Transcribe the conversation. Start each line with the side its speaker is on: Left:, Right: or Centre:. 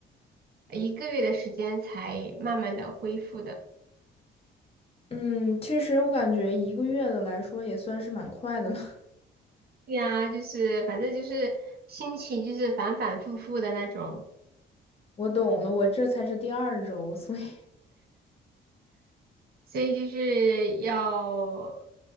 Right: 一个月的时间才慢慢的恢复的，
Left: 嗯，其实我感觉一个月的来说也算是蛮快的了。
Right: 对呀、就是反正就是心情就是反反复复的那种。
Left: <laughs> 我懂了，我这才是第二周，所以，
Right: 所以就是要